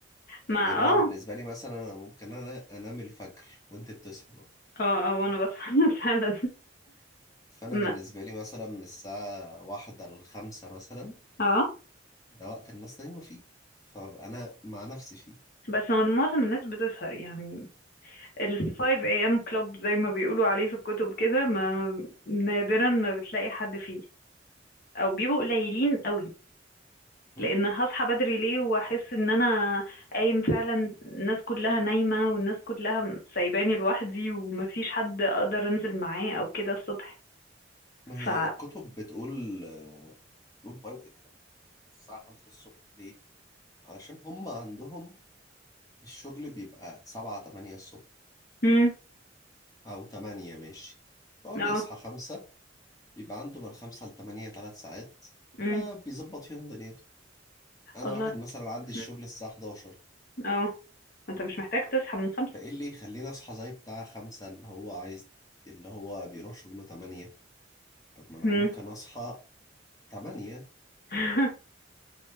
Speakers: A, on the left; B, on the left.
A: ما
B: يعني أنا
A: اه
B: بالنسبة لي مثلا أنا ممكن أنا أنام الفجر وأنت بتصحي بقى
A: اه اه وانا بصحى <laughs> فعلا
B: فأنا
A: ما-
B: بالنسبة لي مثلا من الساعة واحدة لخمسة مثلا
A: اه
B: ده وقت الناس نايمة فيه فببقى أنا مع نفسي فيه
A: بس هو معظم الناس بتسهر يعني ال 5 a.m. club زي ما بيقولوا عليه في الكتب كده ما نادرا ما بتلاقي حد فيه او بيبقوا قليلين قوي
B: هم؟
A: لان هصحى بدري ليه واحس ان انا قايم فعلا الناس كلها نايمة والناس كلها سايباني لوحدي ومفيش حد اقدر انزل معاه او كده الصبح
B: ما هي
A: ف
B: الكتب بتقول آه، قول 5 الساعة 5 الصبح ليه؟ علشان هم عندهم الشغل بيبقى سبعة تمانية الصبح
A: مم.
B: أو تمانية ماشي فهو بيصحى
A: اه
B: خمسة بيبقى عنده من خمسة لتمانية تلات ساعات
A: مم.
B: فبيظبط فيهم دنيته أنا
A: الله
B: واحد مثلا عندي الشغل
A: مم.
B: الساعة 11
A: اه انت مش محتاج تصحى من خمسة
B: فإيه اللي يخليني أصحى زي بتاع خمسة اللي هو عايز اللي هو بيروح شغله تمانية طب ما أنا
A: مم.
B: ممكن أصحى تمانية
A: <laughs>